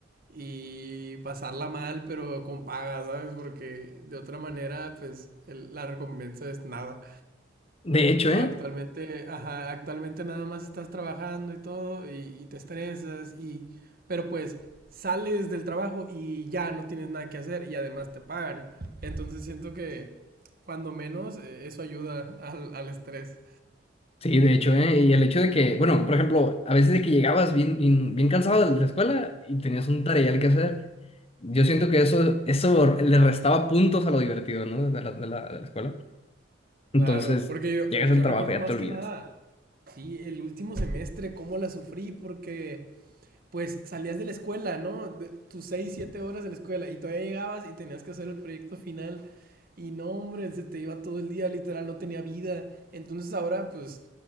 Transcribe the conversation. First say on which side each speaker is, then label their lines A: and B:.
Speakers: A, on the right (about 50°); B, on the left (about 30°).
A: y pasarla mal, pero con paga, ¿sabes? Porque de otra manera, pues el- la recompensa es nada.
B: De hecho,
A: Y
B: ¿eh?
A: actualmente, ajá, actualmente nada más estás trabajando y todo, y, y te estresas, y, pero pues sales del trabajo y ya no tienes nada que hacer y además te pagan. Entonces siento que cuando menos eh, eso ayuda al, al estrés.
B: Sí, de hecho, ¿eh? Y el hecho de que, bueno, por ejemplo, a veces de que llegabas bien, bien, bien cansado de la escuela y tenías un tareal que hacer, yo siento que eso, eso le restaba puntos a lo divertido, ¿no? De la, de la, de la escuela. Entonces,
A: Claro, porque yo,
B: llegas
A: eh,
B: al
A: yo
B: trabajo
A: recuerdo
B: y ya
A: más
B: te olvidas.
A: que nada, sí, el último semestre, cómo la sufrí, porque... pues salías de la escuela, ¿no? De tus 6, 7 horas de la escuela y todavía llegabas y tenías que hacer el proyecto final y no, hombre, se te iba todo el día, literal, no tenía vida. Entonces ahora, pues,